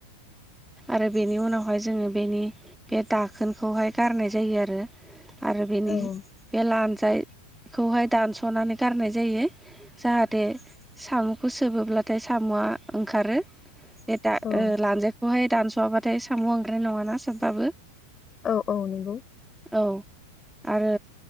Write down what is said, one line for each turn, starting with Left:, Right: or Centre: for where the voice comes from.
Centre: आरो बेनि उनावहाय जोङो बेनि बे दाखोनखौहाय गारनाय जायो आरो। आरो बेनि
Left: औ
Centre: बे लान्जाखौहाय दानस'नानै गारनाय जायो। जाहाथे साम'खौ सोबोब्लाथाय साम'आ ओंखारो बे दा
Left: औ
Centre: ओ लानजायखौहाय दानस'वाबाथाय साम' ओंख्रानाय नङाना सोबबाबो
Left: औ औ नंगौ
Centre: औ आरो